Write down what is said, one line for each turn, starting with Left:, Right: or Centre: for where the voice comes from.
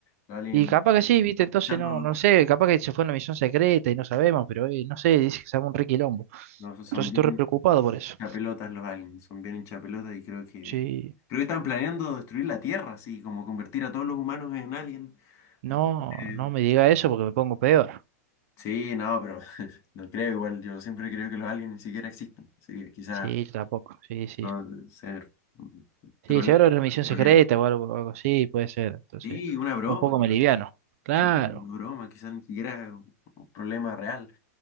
Left: Los aliens
Right: Y capaz que sí,
Left: están
Right: viste, entonces
Left: echando,
Right: no, no sé, capaz que se fue en una misión secreta y no sabemos, pero eh, no sé, dice que se llama un requilombo.
Left: no, son
Right: Entonces
Left: bien
Right: estoy re preocupado por eso.
Left: chapelotas los aliens, son bien hinchapelotas y creo que,
Right: Sí,
Left: creo que están planeando destruir la Tierra, así, como convertir a todos los humanos en alien.
Right: no,
Left: Eh,
Right: no me diga eso porque me pongo peor.
Left: sí, no, pero <laughs> no creo igual, yo siempre creo que los aliens ni siquiera existen, así que quizás
Right: Sí, yo tampoco, sí, sí.
Left: no, ser mm,
Right: Sí,
Left: troleando,
Right: seguro era una misión
Left: troleando.
Right: secreta o algo, algo así, puede ser. Entonces,
Left: Sí, una broma.
Right: un poco me liviano. Claro,
Left: Sí, una broma, quizás ni siquiera es un un problema real.